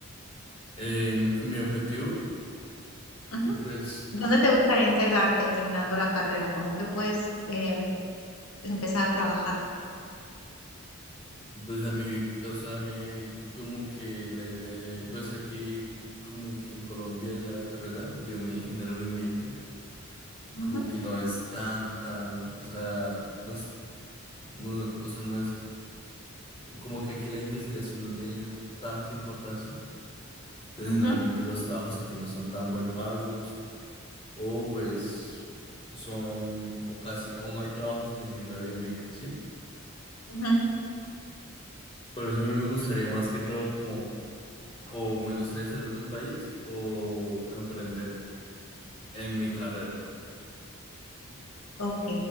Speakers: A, on the left; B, on the left.
A: Eh, mi objetivo,
B: Ujú.
A: pues.
B: ¿Dónde te gustaría integrarte terminando la carrera? ¿Cómo que puedes eh, empezar a trabajar?
A: Pues a mí, o sea, a mí como que la idea de, pues aquí como que en Colombia la carrera biome ingeniero biomédica
B: Ujú,
A: como que no es tan, tan, o sea, no es, no, o sea, no es como que aquí la investigación no tiene tanta importancia. Entonces
B: ujú,
A: generalmente los trabajos aquí no son tan buen pagos o pues son, o casi, o no hay trabajos en ingeniería biomédica, ¿sí?
B: ujú.
A: Por eso a mí me gustaría más que todo como O me gustaría salir del país o emprender en mi carrera.
B: Ok.